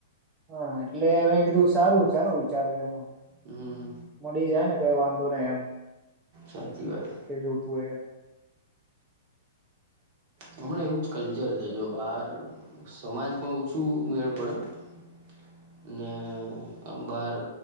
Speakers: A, on the right; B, on the right.
A: હા એટલે અમે કીધું સારું સારું વિચાર છે એનો.
B: હમ્મ.
A: મડી જાય ને કઈ વાંધો નહી એમ
B: સાચી વાત
A: એ જોતું હોય.
B: હમણાં એવું જ કલ્ચર
A: એ.
B: છે જો બહાર સમાજમાં ઓછું મેળ પડે. હ <unintelligible> ને આમ બાર